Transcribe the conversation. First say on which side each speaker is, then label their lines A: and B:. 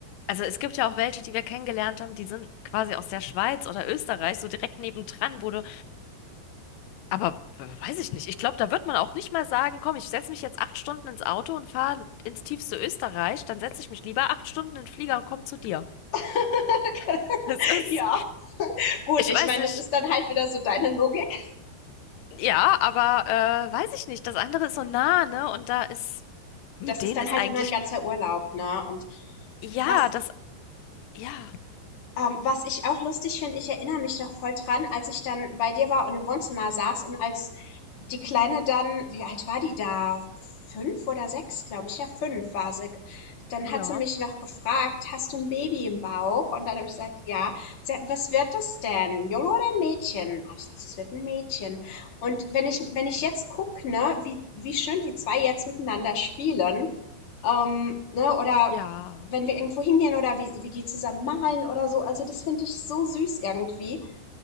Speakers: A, on the left; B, on the left.
A: also es gibt ja auch welche, die wir kennengelernt haben, die sind quasi aus der Schweiz oder Österreich, so direkt nebendran, wo du Aber äh, weiß ich nicht. Ich glaube, da wird man auch nicht mal sagen, komm, ich setze mich jetzt acht Stunden ins Auto und fahre ins tiefste Österreich. Dann setze ich mich lieber acht Stunden in den Flieger und komme zu dir. <laughs>
B: <laughs>
A: Es ist,
B: ja. Gut,
A: ich
B: ich
A: weiß
B: meine,
A: nicht,
B: das ist dann halt wieder so deine Logik.
A: ja, aber äh, weiß ich nicht. Das andere ist so nah, ne? Und da ist, mit
B: Das ist
A: denen
B: dann
A: ist
B: halt
A: eigentlich,
B: immer ein ganzer Urlaub, ne? Und
A: ja,
B: was
A: das, ja,
B: Ähm, was ich auch lustig finde, ich erinnere mich noch voll dran, als ich dann bei dir war und im Wohnzimmer saß und als die Kleine dann, wie alt war die da? Fünf oder sechs, glaube ich. Ja, fünf war sie. Dann
A: ja,
B: hat sie mich noch gefragt, hast du ein Baby im Bauch? Und dann habe ich gesagt, ja. Sie hat, was wird das denn? Junge oder ein Mädchen? Habe ich gesagt, es wird ein Mädchen. Und wenn ich, wenn ich jetzt gucke, ne, wie, wie schön die zwei jetzt miteinander spielen, ähm, ne, oder
A: ja,
B: wenn wir irgendwo hingehen oder wie, wie die zusammen malen oder so. Also das finde ich so süß irgendwie.